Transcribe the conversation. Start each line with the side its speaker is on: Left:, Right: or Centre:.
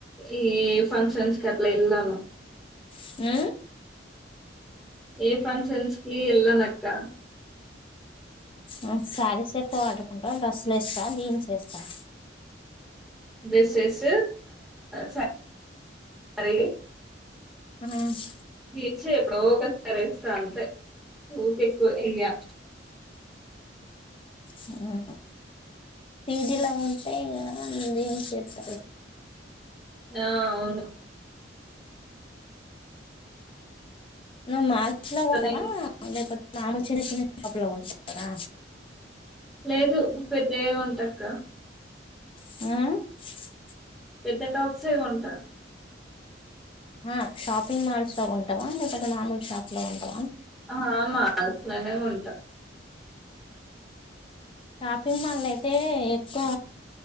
Centre: ఏ ఫంక్షన్స్ కి అట్లా ఎల్లాను
Left: హ్మ
Centre: ఏ ఫంక్షన్స్కి ఎల్లను అక్క
Left: వ్ సారీస్ ఎక్కువ కట్టుకుంటావా డ్రెస్ లేస్తావ జీన్స్ ఏస్తావా
Centre: డ్రెస్సెస్ సార్ రీ
Left: హ్మ్
Centre: జీన్స్ ఎప్పుడో ఒకసారి ఏస్తా అంతే ఊకె ఎక్కువ ఏయ్య
Left: హ్మ పీజీ ల ఉంటే ఇగ జీన్స్ ఏతావు
Centre: ఆ అవును
Left: నువ్ మాల్స్ ల పోతావా
Centre: కానీ
Left: లేకపోతే? మామూలు చిన్న చిన్న షాప్ ల పోతావా
Centre: లేదు పెద్దయే కొంట అక్క
Left: హ్మ్
Centre: పెద్ద టాప్స్ ఏ కొంట
Left: ఆ షాపింగ్ మాల్స్ లో కొంటవా లేకపోతే మామూలు షాప్ లో కొంటవా?
Centre: ఆ మాల్స్లనే కొంట.
Left: షాపింగ్ మల్లా అయితే ఎక్కువ